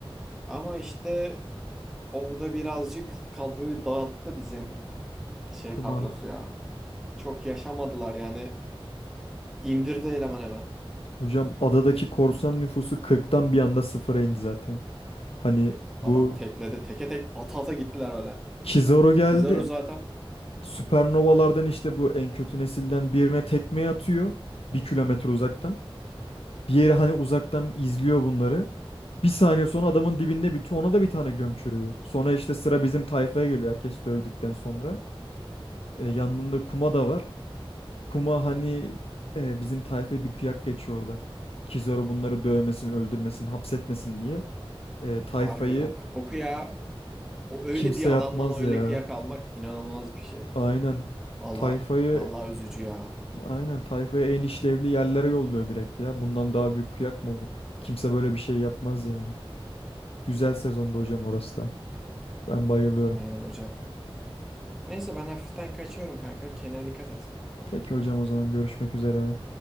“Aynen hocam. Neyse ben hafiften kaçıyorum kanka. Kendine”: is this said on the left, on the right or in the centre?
Centre